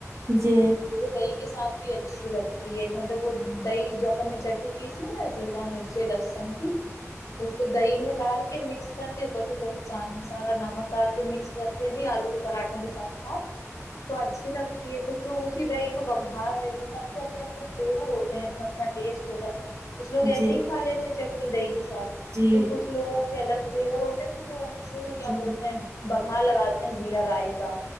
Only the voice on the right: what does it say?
جی جی
جی جی
جی
جی